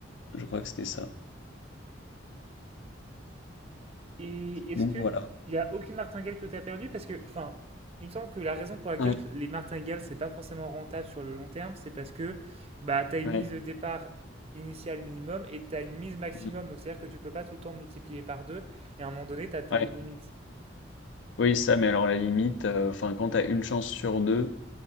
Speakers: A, on the left (about 70°); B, on the right (about 30°).
A: Je crois que c'était ça.
B: Et est-ce
A: Donc,
B: que
A: voilà.
B: il y a aucune martingale que tu as perdue? Parce que, enfin, il me semble que la raison pour laquelle
A: Ouais,
B: les martingales, c'est pas forcément rentable sur le long terme, c'est parce que bah, tu as une
A: ouais,
B: mise de départ initiale minimum et tu as une mise maximum.
A: mm,
B: Donc, c'est-à-dire que tu peux pas tout le temps multiplier par deux. Et à un moment donné, tu atteins
A: ouais.
B: une limite.
A: Oui, ça, mais alors la limite, euh, enfin, quand t'as une chance sur deux.